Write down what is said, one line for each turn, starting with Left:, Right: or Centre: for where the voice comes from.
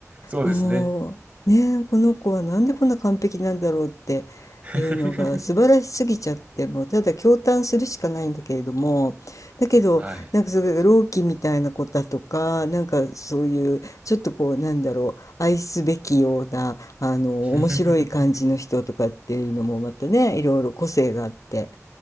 Right: そうですね。
Left: もうねこの子はなんでこんな完璧なんだろうっていうのが素晴らしすぎちゃってもうただ驚嘆するしかないんだけれどもだけどなんかそれが朗希みたいな子だとかなんかそういうちょっとこうなんだろう愛すべきようなあの面白い感じの人とかっていうのもまたねいろいろ個性があって。
Right: <laughs> はい。<laughs>